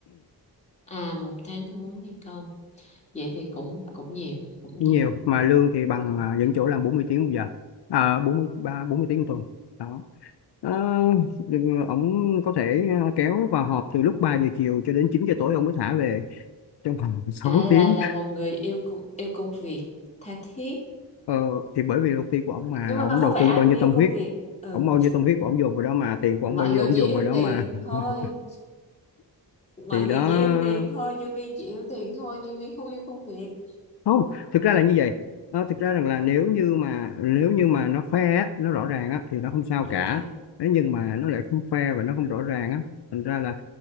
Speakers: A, on the left (about 15°); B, on the left (about 75°).
A: à một tháng thêm bốn ngày công vậy thì cũng cũng nhiều cũng nhiều
B: không nhiều. Mà lương thì bằng
A: cũng
B: à, những
A: nhiều.
B: chỗ làm 40 tiếng một giờ. À, bốn mươi ba bốn mươi tiếng một tuần. Đó. Ờ, nhưng ông có thể à, kéo vào họp từ lúc 3 giờ chiều cho đến 9 giờ tối ông mới thả về trong vòng <laughs> 6
A: à
B: tiếng.
A: là là một người yêu cu- yêu công việc tha thiết
B: Ờ, thì bởi vì công ty của ông mà
A: nhưng mà
B: ông
A: không
B: đầu
A: phải
B: tư
A: ai
B: bao
A: cũng
B: nhiêu
A: yêu
B: tâm
A: công
B: huyết,
A: việc ừ
B: ông bao nhiêu tâm huyết của ông dồn vào đó mà tiền của ông
A: mọi
B: bao nhiêu
A: người
B: ông
A: chỉ
B: dồn
A: yêu
B: vào đó
A: tiền
B: mà.
A: thôi
B: <laughs>
A: mọi
B: Thì
A: người
B: đó
A: chỉ yêu tiền thôi nhân viên chỉ yêu tiền thôi nhân viên không yêu công việc
B: không thực ra là như vậy Ờ, thực ra rằng là nếu như mà nếu như mà nó fair á, nó rõ ràng á, thì nó không sao
A: ok
B: cả thế nhưng mà nó lại không fair và nó không rõ ràng á thành ra là